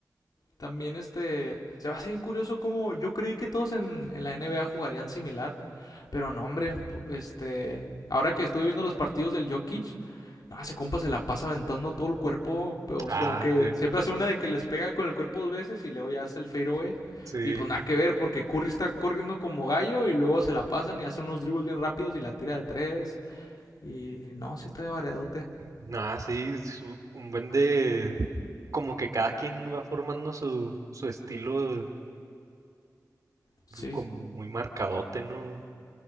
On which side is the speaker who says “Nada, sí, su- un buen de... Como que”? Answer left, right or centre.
Right